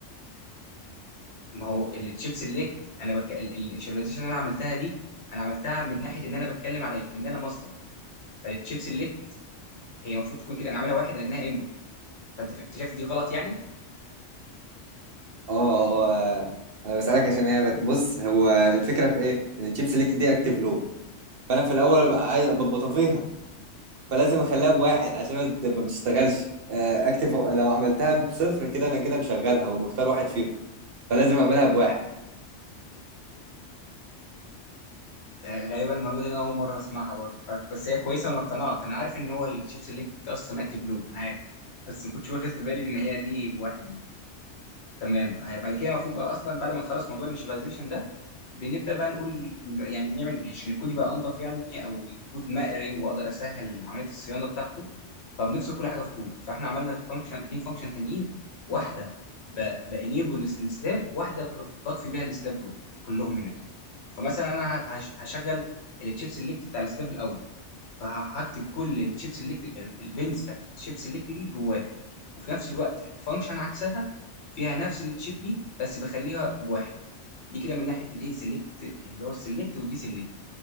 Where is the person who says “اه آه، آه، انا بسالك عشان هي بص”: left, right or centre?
Right